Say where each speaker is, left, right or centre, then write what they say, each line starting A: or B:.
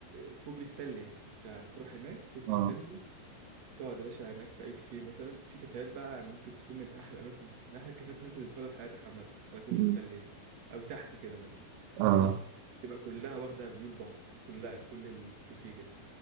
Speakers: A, on the right; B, on the right.
A: ك- كوبري ستانلي يعني انت هتروح هناك كوبري
B: اه
A: ستانلي تقعد يا باشا هناك في اي كافيه مثلا في كافيهات بقى ممكن تكون من احلى اماكن من احلى الكافيهات اللي ممكن تدخلها في حياتك عامه على كوبري
B: مم.
A: ستانلين او تحته كده مثلا
B: اه
A: فاهمني تبقى كلها واخده فيو البحر كلها كل الكافيه كده